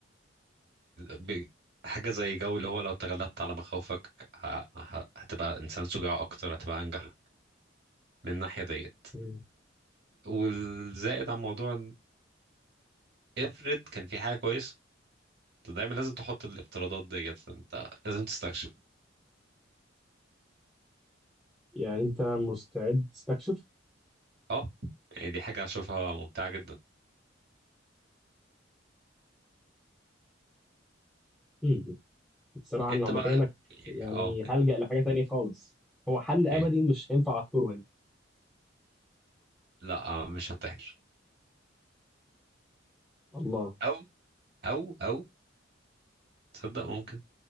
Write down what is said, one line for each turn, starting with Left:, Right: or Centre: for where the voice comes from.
Right: ب- حاجة زي جو اللي هو لو تغلبت على مخاوفك ه- ه- هتبقى إنسان شجاع أكتر هتبقى أنجح من الناحية ديت
Centre: مم.
Right: والزائد عن موضوع إن افرض كان في حاجة كويسة أنت دايما لازم تحط الافتراضات ديت أنت لازم تستكشف
Centre: يعني أنت مستعد تستكشف؟
Right: أه يعني دي حاجة أشوفها ممتعة جدا
Centre: مم. بصراحة
Right: أنت
Centre: أنا لو مكانك
Right: بقى
Centre: يعني
Right: أه
Centre: هلجأ لحاجة تانية خالص هو حل أبدي
Right: إيه
Centre: مش هينفع أذكره هنا
Right: لا آه، مش هنتحر
Centre: الله
Right: أو أو أو تصدق ممكن